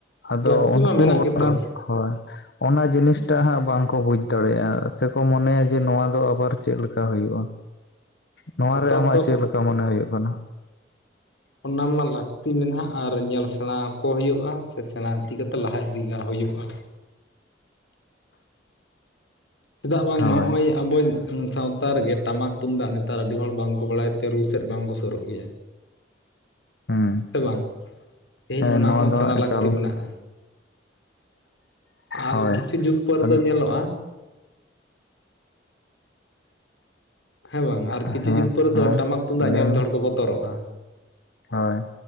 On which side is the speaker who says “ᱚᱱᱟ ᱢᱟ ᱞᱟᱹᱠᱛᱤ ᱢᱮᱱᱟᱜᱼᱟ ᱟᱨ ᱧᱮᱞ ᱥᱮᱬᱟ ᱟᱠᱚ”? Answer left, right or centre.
Left